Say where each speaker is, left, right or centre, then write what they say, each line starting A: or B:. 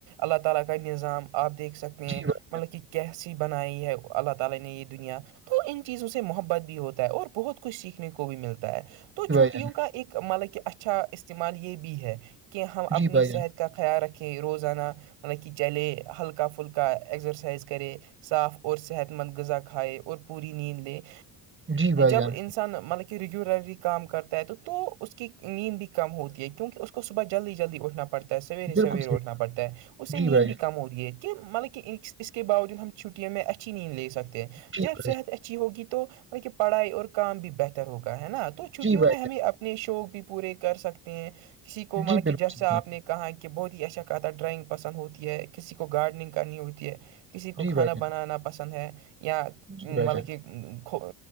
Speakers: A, on the right; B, on the right.
A: اللہ تعالی کا نظام آپ دیکھ سکتے ہیں
B: بھائی
A: مطلب کہ کیسی بنائی ہے اللہ تعالی نے یہ دنیا تو ان چیزوں سے محبت بھی ہوتا ہے اور بہت کچھ سیکھنے کو بھی ملتا ہے تو چھٹیوں
B: جان،
A: کا ایک مطلب کہ اچھا استعمال یہ بھی ہے کہ ہم
B: جی
A: اپنی
B: بھائی
A: صحت
B: جان
A: کا خیال رکھیں روزانہ مطلب کہ چلے ہلکا فھلکا ازرسائز کرے صاف اور صحت مند غذا کھائے اور پوری نیند لے
B: جی بھائی
A: جب
B: جان
A: انس مطلب کہ ریگولرلی کام کرتا ہے تو اس کی نیند بھی کم ہوتی ہے کیونکہ اس کو صبح جلدی جلدی اٹھنا پڑتا ہے سویرے
B: بالکل
A: سویرے
B: صحیح
A: اٹھنا پڑتا ہے اس سے
B: جی
A: نیند
B: بھائی
A: بھی
B: جان
A: کم ہو رہی ہے کہ مطلب کہ اس کے باوجود ہم چھٹیوں میں اچھی نیند لے سکتے ہیں جب
B: جی
A: ہم
B: بھائی
A: صحت
B: جان
A: اچھی ہوگی تو مطل کہ پڑھائی اور کام بھی بہتر ہوگ ہے نا تو چھٹیوں
B: جی بھائی جان، جی بھائی جان جی بھائی جان بالکل صحیح جی بھائی جان جی بھائی جان، جی بھائی
A: میں ہمیں
B: جان
A: اپ اپنے شوق بھی پورے کر سکتے ہیں کسی کو مطلب
B: جی
A: کہ
B: بالکل
A: جب سے
B: صحیح
A: آپ نے کہاں کہ بہت ہی اچھا کہتا ہے ڈرائنگ پسند ہوتی ہے کسی کو گارڈنگ کرنی ہوتی ہے کسی کو
B: جی
A: کھانا
B: بھائی جان
A: بنانا پسند ہے یا
B: جی
A: مطلب
B: بھائی جان
A: کہھ